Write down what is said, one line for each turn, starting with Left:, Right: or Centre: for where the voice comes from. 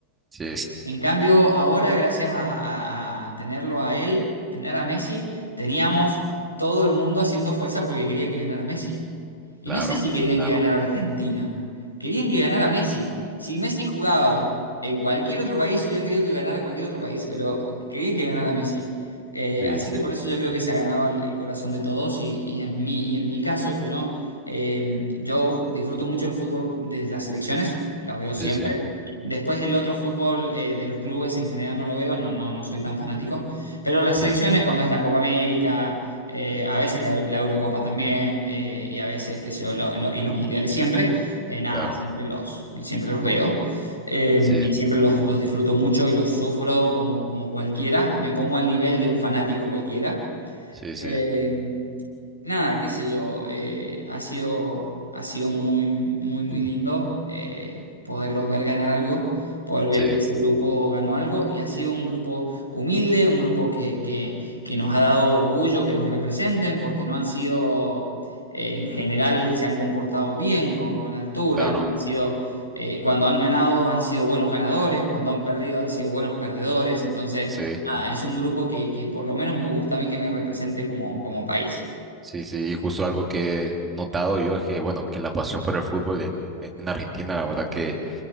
Right: sí,
Left: En cambio, ahora, gracias a, a- a tenerlo a él, tener a Messi, teníamos todo el mundo haciendo fuerza porque quería que ganara Messi. Y
Right: claro,
Left: no sé si querían
Right: claro.
Left: que ganara Argentina, querían que ganara Messi. Si Messi jugaba en cualquier otro país, hubieran querido que ganara cualquier otro país, pero querían que ganara Messi. Eh,
Right: Sí,
Left: así
Right: sí,
Left: que por eso yo creo que se ha ganado el, el corazón de todos y, y en mí, y en mi caso, que yo, eh, yo disfruto mucho el fútbol de las selecciones, las veo siempre.
Right: sí, sí,
Left: Después el otro fútbol eh, de los clubes en general no lo veo, no, no, no soy tan fanático. Pero las
Right: sí,
Left: selecciones,
Right: sí,
Left: cuando es la Copa América, eh, a veces la, la Eurocopa también, eh, y a veces, qué sé yo, lo- lo- y los mundiales siempre, eh, nada,
Right: claro.
Left: siempre los, siempre los veo. Eh,
Right: Sí,
Left: y siempre los, los disfruto mucho y los sufro como, como cualquiera. Me pongo al nivel de un fanático cualquiera.
Right: sí,
Left: Eh,
Right: sí,
Left: nada, qué sé yo, eh, ha sido, ha sido muy, muy, muy
Right: Mm.
Left: lindo eh, poderlos ver ganar algo, poder ver
Right: sí,
Left: que ese grupo ganó algo y ha sido un grupo humilde, un grupo que, que, que nos ha dado orgullo que nos representen porque no han sido, eh, en general, se han comportado bien con, con altura,
Right: claro.
Left: no han sido... eh, cuando han ganado han sido buenos ganadores, cuando han perdido han sido buenos perdedores, entonces
Right: Sí,
Left: nada, es un grupo que, que por lo menos me gusta a mí que me represente como, como país.
Right: sí, sí. Y justo algo que he notado yo es que, bueno, que la pasión por el fútbol en, en- en Argentina, la verdad que,